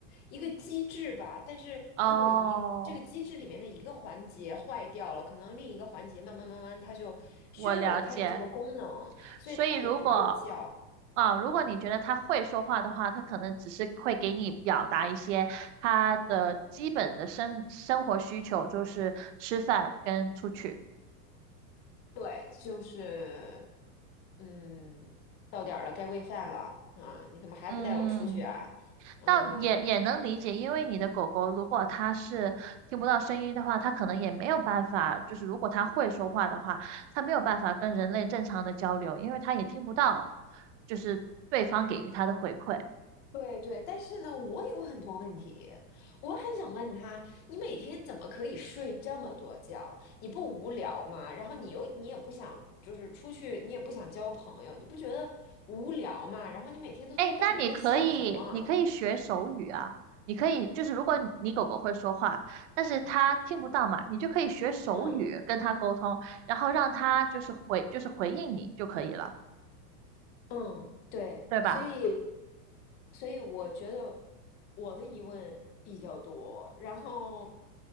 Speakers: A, on the left (about 20°); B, on the right (about 45°).
A: 一个机制吧。但是如果一这个机制里面的一个环节坏掉了，
B: 哦，
A: 可能另一个环节慢慢慢慢它就削弱了它的这个功能，
B: 我了解。
A: 所以它也不会叫。
B: 所以如果啊，如果你觉得他会说话的话，他可能只是会给你表达一些他的基本的生生活需求，就是吃饭跟出去。
A: 对，就是嗯，到点儿了，该喂饭了。啊，你怎么还不带我出去啊？
B: 嗯，
A: 嗯，
B: 但也也能理解，因为你的狗狗如果它是听不到声音的话，它可能也没有办法，就是如果它会说话的话，它没有办法跟人类正常的交流，因为它也听不到，就是对方给予它的回馈。
A: 对对，但是呢，我有很多问题，我很想问他，你每天怎么可以睡这么多觉？你不无聊吗？然后你又你也不想，就是出去，你也不想交朋友，你不觉得无聊吗？然后你每天都在到底在想什么啊
B: 哎，那你可以，你可以学手语啊。你可以，就是如果你你狗狗会说话，但是它听不到嘛，你就可以学手语跟它沟通，
A: 嗯。
B: 然后让它就是回，就是回应你就可以了，
A: 嗯，对，
B: 对吧？
A: 所以，所以我觉得我的疑问比较多。然后，